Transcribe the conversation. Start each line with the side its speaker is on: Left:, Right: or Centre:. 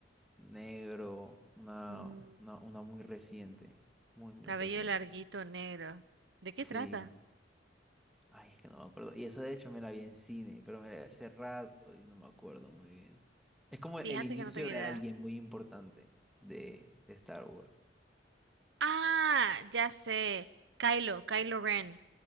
Centre: negro, una,
Right: Mm,
Centre: una, una muy reciente, muy, muy
Right: Cabello
Centre: reciente.
Right: larguito negro. ¿De qué
Centre: Sí.
Right: trata?
Centre: Ay, es que no me acuerdo. Y esa de hecho me la vi en cine, pero me la vi hace rato y no me acuerdo muy bien. Es como el
Right: Fíjate
Centre: inicio
Right: que no tengo
Centre: de
Right: idea.
Centre: alguien muy importante de, de Star Wars.
Right: Ah, ya sé. Kylo, Kylo Ren.